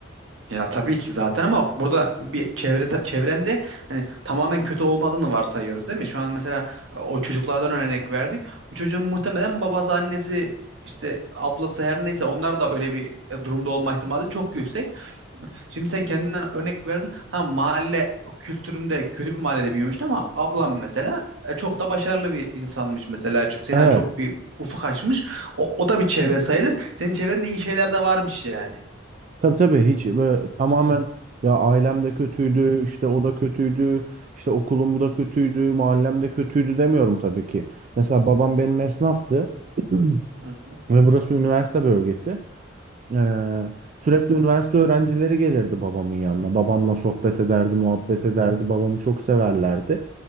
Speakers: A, on the right; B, on the right.
A: Ya tabii ki zaten ama burada bir çevrede, çevrende hani tamamen kötü olmadığını varsayıyoruz değil mi? Şu an mesela e, o çocuklardan örnek verdik. O çocuğun muhtemelen babası, annesi, işte ablası her neyse onlar da öyle bir e, durumda olma ihtimali çok yüksek. Şimdi sen kendinden örnek verdin. Tamam mahalle kültüründe kötü bir mahallede büyümüştün ama ablam mesela e, çok da başarılı bir insanmış mesela. Ç- Sena
B: Evet.
A: çok bir ufuk açmış. O, o da bir çevre sayılır. Senin çevrende iyi şeyler de varmış yani.
B: Tabii tabii hiç böyle tamamen ya ailem de kötüydü, işte o da kötüydü, işte okulum da kötüydü, mahallem de kötüydü demiyorum tabii ki. Mesela babam benim esnaftı <clears throat>
A: Hı hı.
B: ve burası üniversite bölgesi. Ee, sürekli üniversite öğrencileri gelirdi babamın yanına. Babamla sohbet ederdi, muhabbet ederdi. Babamı çok severlerdi.